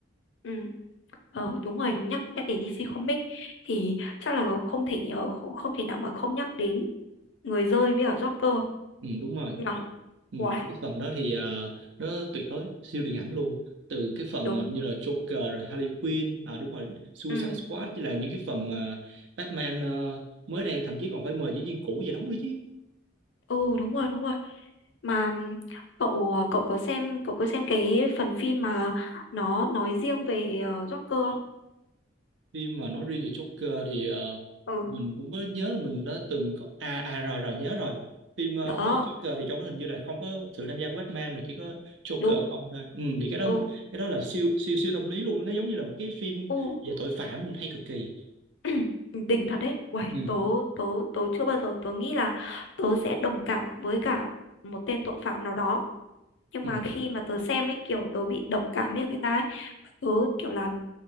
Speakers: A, on the left; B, on the right.
A: ừ ờ đúng rồi nhắc nhắc đến DC Comics thì chắc là không thể ờ, không không thể nào mà không nhắc đến người rơi với cả Joker
B: ừ, đúng rồi
A: nhỏ
B: Ừ,
A: Uầy,
B: cái phần đó thì ờ, nó tuyệt đối siêu điện ảnh luôn từ cái phần
A: đúng
B: mà như là Joker rồi Harley Quinn à đúng rồi Suicide
A: ừ
B: Squad với là những cái phần mà Batman ờ, mới đây thậm chí còn phải mời diễn viên cũ về đóng nữa chứ
A: ừ đúng rồi đúng rồi mà ừm, cậu ờ, cậu có xem cậu có xem cái phần phim mà nó nói riêng về ờ, Joker
B: phim mà nói riêng về Joker thì ờ,
A: không?
B: mình
A: ừ
B: cũng có nhớ là mình đã từng có à à rồi rồi nhớ rồi phim ờ,
A: đó
B: nói về Joker thì trong đó hình như là không có sự tham gia của Batman mà chỉ có Joker
A: đúng
B: không thôi ừ, thì cái đó
A: ừ
B: mình- cái đó là siêu siêu siêu tâm lý luôn nó giống như là một cái phim
A: ừ
B: về tội phạm hay cực kỳ
A: <clears throat> đỉnh thật đấy uầy
B: ừ.
A: tớ tớ tớ chưa bao giờ tớ nghĩ là tớ sẽ đồng cảm với cả một tên tội phạm nào đó nhưng
B: Ừ.
A: mà khi mà tớ xem ấy kiểu tớ bị đồng cảm với người ta ấy và tớ kiểu làm